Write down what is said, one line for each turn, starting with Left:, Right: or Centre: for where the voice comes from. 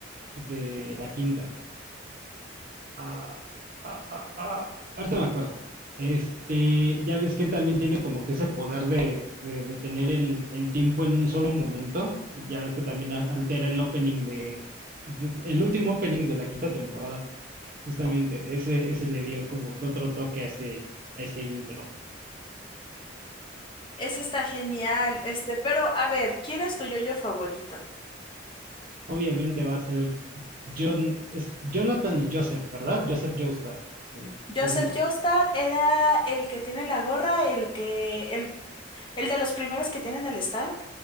Right: de la quinta. Ah, ah, ah, ah, ahorita me acuerdo. Este, ya ves que él también tiene como que ese poder de, de detener el, el tiempo en un solo momento. Ya ves que también a- altera el opening de, de- el último opening de la quinta temporada. Justamente, ese, ese le dio como que otro toque a ese, a ese intro.
Left: Ese está genial. Este, pero a ver, ¿quién es tu yo favorito?
Right: Obviamente va a ser John, es Jonathan y Joseph, ¿verdad? Joseph Joestar, el
Left: Joseph
Right: segundo.
Left: Joestar era el que tiene la gorra, el que, el, el de los primeros que tienen el stand.